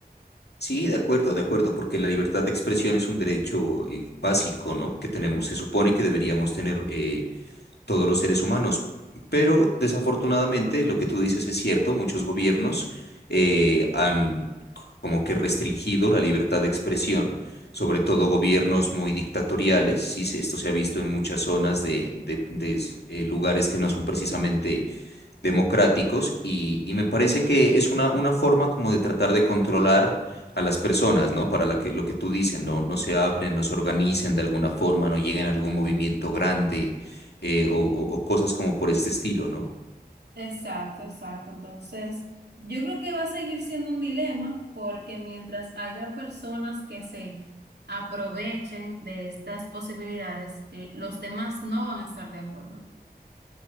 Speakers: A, on the left; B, on the right.
A: Sí, de acuerdo, de acuerdo, porque la libertad de expresión es un derecho eh, básico, ¿no? Que tenemos, se supone que deberíamos tener. eh, todos los seres humanos. Pero desafortunadamente, lo que tú dices es cierto, muchos gobiernos eh, han como que restringido la libertad de expresión, sobre todo gobiernos muy dictatoriales, sí, se- esto se ha visto en muchas zonas de, de- de s- eh, lugares que no son precisamente democráticos y, y me parece que es una, una forma como de tratar de controlar a las personas, ¿no? Para la que, lo que tú dices, no, no se hablen, no se organicen de alguna forma, no lleguen a algún movimiento grande eh, o, o- o cosas como por este estilo, ¿no?
B: Exacto, exacto. Entonces, yo creo que va a seguir siendo un dilema porque mientras haya personas que se aprovechen de estas posibilidades, eh, los demás no van a estar de acuerdo.